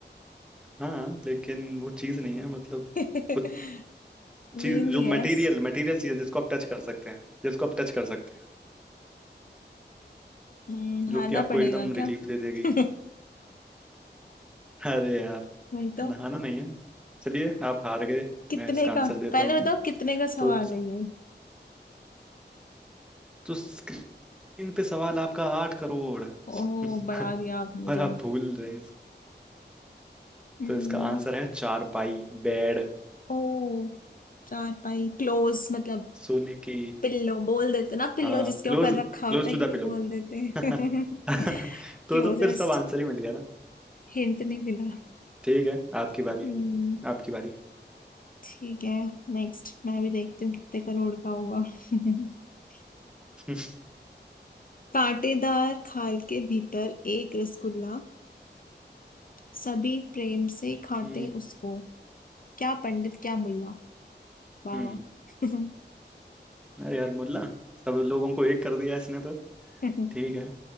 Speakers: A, in the centre; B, on the left.
A: हाँ लेकिन वो चीज नहीं है मतलब
B: <laughs>
A: कुछ चीज
B: नींद ही
A: जो
B: है
A: मटेरियल मटेरियल चीज है जिसको आप टच कर सकते हैं जिसको आप टच कर सकते हैं
B: हम्म
A: जो
B: हारना
A: कि आपको
B: पड़ेगा
A: एकदम
B: क्या
A: रिलीफ दे देगी
B: <laughs>
A: अरे यार
B: वही तो
A: नहाना नहीं है चलिए आप हार गए
B: कितने
A: मैं इसका आंसर
B: का
A: देता
B: पहले
A: हूँ
B: बताओ कितने का सवाल
A: तो
B: है ये
A: तो स्क्रीन पे सवाल आपका आठ करोड़ <laughs>
B: ओ बढ़ा दिया आपने
A: और आप
B: तो
A: भूल रहे हैं
B: हम्म,
A: तो इसका आंसर है चारपाई बेड
B: ओ चार पाई क्लोज मतलब
A: सोने की
B: पिल्लो बोल देते ना पिल्लो
A: हाँ
B: जिसके
A: close
B: ऊपर रखा
A: close
B: होता है
A: to
B: यही
A: the pillow.
B: बोल देते हैं
A: <laughs>
B: <laughs>
A: तो
B: क्लोजेस्ट
A: तो फिर सब आंसर ही मिल गया ना
B: हिंट नहीं मिला
A: ठीक है आपकी बारी
B: हम्म
A: आपकी बारी
B: ठीक है नेक्स्ट मैं भी देखती हूँ कितने करोड़ का होगा <laughs>
A: <laughs>
B: कांटेदार खाल के भीतर एक रसगुल्ला सभी प्रेम से खाते
A: हम्म
B: उसको क्या पंडित क्या मुल्ला वाह
A: हम्म
B: वाह।
A: अरे यार मुल्ला सब लोगों को एक कर दिया इसने तो
B: <laughs>
A: ठीक है